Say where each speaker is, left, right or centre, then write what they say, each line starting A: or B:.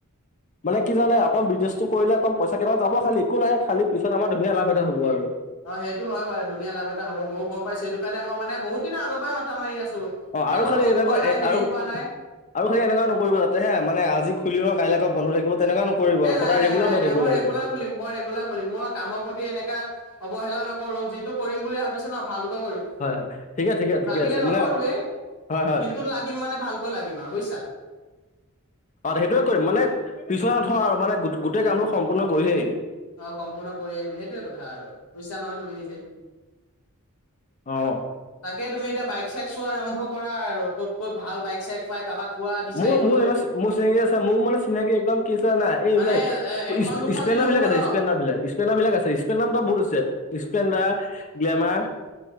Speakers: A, on the left; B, on the left.
A: মানে কি জানে অকণ বিজনেছটো কৰিলে ক পইচা কেইটা যাব খালি, একো নাই খালি পিছত আমাৰ ধুনীয়া লাভ এটা হ'ব আৰু।
B: অ, সেইটো হয়াৰু ধুনীয়া লাভ এটা হ'ব ময়ো গম পাইছ সেইটো কাৰণে মই মানে বহুত দিনৰ আগৰ পৰাই মথা মাৰি আছো।
A: অ,
B: কিন্তু
A: আৰু খালি
B: লগ
A: এনেকুৱৈ
B: পোৱা নাই
A: এ
B: হেৰি
A: আৰু।
B: পোৱা নাই
A: আৰু খালি এনেকুৱা নকৰিব যাতে হে মানে আজি খুলিল নহয় কাইলৈ আকৌ। বন্ধ থাকিব তেনেকুৱা নকৰিব আৰু
B: এ,
A: সদায়
B: নাই, নাই,
A: ৰেগুলাৰ
B: নাই,
A: হৈ
B: নাই
A: থাকিব
B: মই
A: লাগিব
B: ৰেগুলাৰ খুলিম মই ৰেগুলাৰ খুলিম মই কামৰ প্ৰতি এনেকা। অৱহেলা নকৰো। যিটো কৰিম বুলি ভাবিছো ন ভালকে কৰিম।
A: হয় হয় ঠিকে ঠিকে ঠিকে
B: লাগিলে
A: আছে
B: নকৰোৱে
A: মানে হয় হয়
B: দিনটোত লাগিম মানে ভালকৈ লাগিম আৰু বুজিছা।
A: অ, সেইটোৱে কৰিম মানে পিছলৈ নথ আৰু মানে গোটেই কামটো সম্পূৰ্ণ কৰিহে এৰিম।
B: অ, সম্পূৰ্ণ কৰি আহিম সেইটোৱে কথা আৰু বুজিছা নহয় তুমি নিজে।
A: অহ।
B: তাকে তুমি এতিয়া বাইক চাইক চোৱা আৰম্ভ কৰা আৰু ক'ত-ক'ত ভাল বাইক চাইক পাই কাৰোবাক। কোৱা বিচাৰিবলৈ
A: মোৰ, মোৰ, মোৰ চিনাক আছে মোৰ মানে চিনাকি একদম কি আছে জানা এইবিলাক
B: মানে এ এখন
A: ইছপেলেনদাৰ
B: দুখন দি নহ'ব
A: বিলাক আছে
B: ন
A: ইছপেলেনদাৰ বিলাক ইছপেলেনদাৰ বিলাক আছে ইছপেলেনদাৰ নামত বহুত আছে স্প্লেণ্ডাৰ, গ্লেমাৰ।